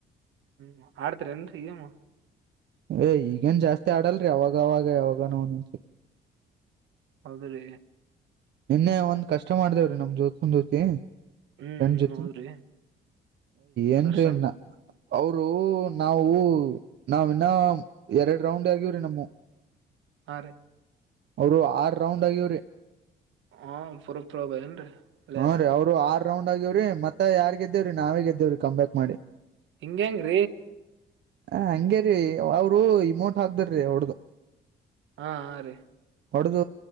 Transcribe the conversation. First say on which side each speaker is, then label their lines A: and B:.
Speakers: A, on the right (about 75°); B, on the right (about 60°).
A: ಹ್ಮ್ ಆಡ್ತಿರೇನ್ರಿ ಗೇಮ್
B: ಏ ಈಗೇನ್ ಜಾಸ್ತಿ ಆಡಲ್ರಿ ಅವಾಗ ಅವವಾಗ ಯಾವಾಗನೋ ಒಂದನ್ಸತಿ
A: ಹೌದು ಲಿ
B: ನೆನ್ನೆ ಒಂದ್ ಕಷ್ಟ ಮಾಡ್ದೇವ್ರಿ ನಮ್ ಜ್ಯೋತ್ ಬಂದೋತಿ
A: ಹ್ಮ್
B: ನಂಜೋತಿ
A: ಹೌದ್ರಿ
B: ಏನ್
A: ಕಷ್ಟ
B: ರೀ ನಾ ಅವರು ನಾವು ನಾವಿನ್ನ ಎರಡ್ ರೌಂಡ್ ಆಗವ್ರಿ ನಮ್ಮ
A: ಆರೆ
B: ಅವರು ಆರ್ ರೌಂಡ್ ಆಗ್ಯಿವ್ರಿ
A: ಆ ಸುರ್ತೊಳಗೋಗೆರೆನ್ರಿ ವಿಳಯಾರೆ
B: ಹ್ಮ ರೀ ಅವ್ರು ಆರ್ ರೌಂಡ್ ಆಗ್ಯವ್ರಿ ಮತ್ತೆ ಯಾರ್ ಗೆದ್ದೇವ್ರೀ ನಾವೇ ದ್ದೇವ್ರೀ ಕಂಬ್ಯಾಕ್ ಮಾಡಿ
A: ಹಿಂಗ ಹೆಂಗ್ರ
B: ಹ ಹಂಗೇರಿೀ ಅವರು ಇಮೋಟ್ ಹಾಕ್ದಾರಿ ಅವಡ್ದು
A: ಹಾ ಹಾ ರೀ
B: ಹೊಡ್ದ